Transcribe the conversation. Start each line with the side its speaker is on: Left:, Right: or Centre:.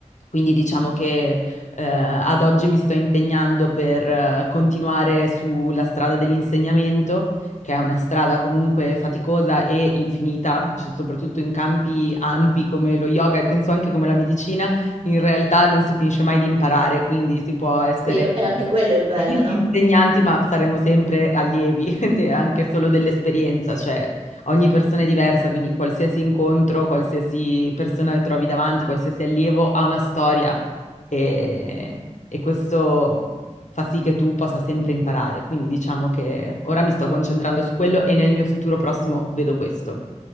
Left: Quindi diciamo che eh, ad oggi mi sto impegnando per eh, continuare sulla strada dell'insegnamento, che è una strada comunque faticosa e infinita, cioè soprattutto in campi ampi come lo yoga e penso anche come la medicina, in realtà non si finisce mai di imparare, quindi si può essere
Right: Sì, è è anche quello il bello,
Left: Insegnanti,
Right: no?
Left: ma saremo sempre allievi, <laughs> de- anche solo dell'esperienza, cioè ogni persona è diversa, quindi qualsiasi incontro, qualsiasi persona che trovi davanti, qualsiasi allievo ha una storia e, e questo fa sì che tu possa sempre imparare. Quindi diciamo che ora mi sto concentrando su quello e nel mio futuro prossimo vedo questo.